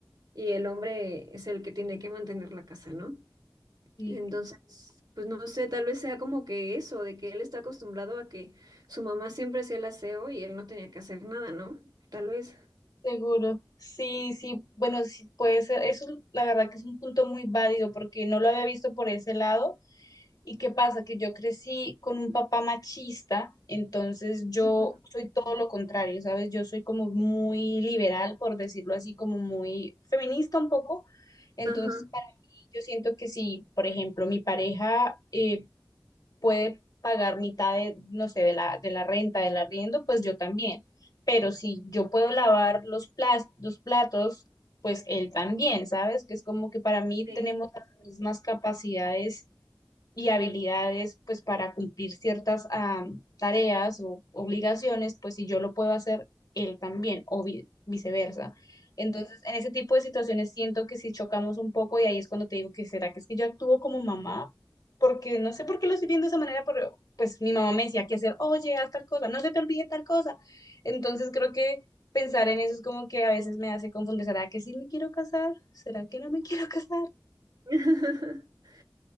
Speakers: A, on the right (about 65°); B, on the left (about 60°).
A: y el hombre es el que tiene que mantener la casa, ¿no?
B: sí
A: Entonces, pues no sé, tal vez sea como que eso, de que él está acostumbrado a que su mamá siempre hacía el aseo y él no tenía que hacer nada, ¿no? Tal vez.
B: Seguro. Sí, sí, bueno, sí puede ser. Eso la verdad que es un punto muy válido porque no lo había visto por ese lado. ¿Y qué pasa? Que yo crecí con un papá machista, entonces yo
A: Ujú.
B: soy todo lo contrario, ¿sabes? Yo soy como muy liberal, por decirlo así, como muy feminista un poco. Entonces,
A: Ajá.
B: para mí, yo siento que si, por ejemplo, mi pareja eh, puede pagar mitad de, no sé, de la, de la renta, del arriendo, pues yo también. Pero si yo puedo lavar los, plas- los platos, pues él también, ¿sabes? Que es como que para mí
A: Sí.
B: tenemos las mismas capacidades y habilidades pues para cumplir ciertas ah, tareas o obligaciones, pues si yo lo puedo hacer, él también, o vi- viceversa. Entonces, en ese tipo de situaciones siento que si chocamos un poco y ahí es cuando te digo que será que es que yo actúo como mamá, porque no sé por qué lo estoy viendo de esa manera, pero pues mi mamá me decía que hacer, oye, haz tal cosa, no se te olvide tal cosa. Entonces creo que pensar en eso es como que a veces me hace confundir, ¿será que sí me quiero casar? ¿Será que no me <laughs> quiero casar?
A: <laughs>